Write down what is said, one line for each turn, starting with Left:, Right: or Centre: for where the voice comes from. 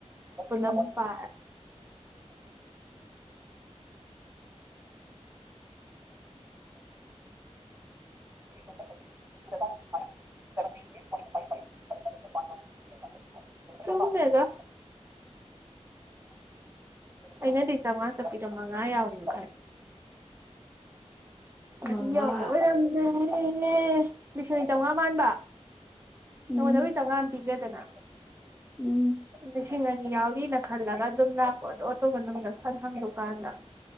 Right: ꯄꯨꯂ
Centre: ꯎꯝ
Right: ꯄ <unintelligible> ꯔꯔ ꯁꯥꯏ ꯆꯥꯟ ꯁꯨꯝꯃꯃꯦꯒ ꯑꯩꯅꯗꯤ ꯆꯉ ꯆꯄꯤꯤꯔꯃ ꯉ ꯌꯥꯎꯅꯤꯅ ꯑꯔꯤ
Centre: ꯃꯉꯥ
Right: ꯑꯣꯔꯟꯅ ꯑꯦ ꯂꯤꯁꯤꯡꯅꯤ ꯆꯥꯝꯃꯉꯥ
Centre: ꯎꯝ
Right: ꯃ ꯍꯗꯕꯨꯣꯏ ꯆꯉ ꯄꯤꯒꯗꯅꯗꯦ
Centre: ꯎꯝ
Right: ꯂꯤꯁꯤꯡ ꯑꯅꯤ ꯌꯥꯎꯔꯤꯅ ꯈꯜꯂꯒ ꯑꯗꯨꯝ ꯂꯥꯛꯄ ꯑꯗꯣ ꯑꯇꯣꯝ ꯃꯅꯨꯡꯗ ꯁꯟ ꯍꯪꯗꯀꯥꯟꯗ